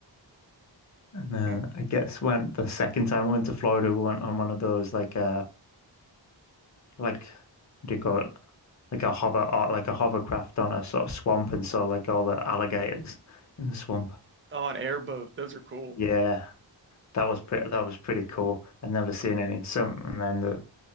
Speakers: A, on the left (about 40°); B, on the right (about 30°).
A: And then
B: Hmm.
A: I guess when the second time we went to Florida, we went on one of those like uh like what do you call it? Like a hover or like a hovercraft on a sort of swamp and saw like all the alligators in the swamp.
B: Oh, an airboat. Those are cool.
A: Yeah,
B: <laughs>
A: that was pretty. That was pretty cool. I'd never seen any. Some and then the,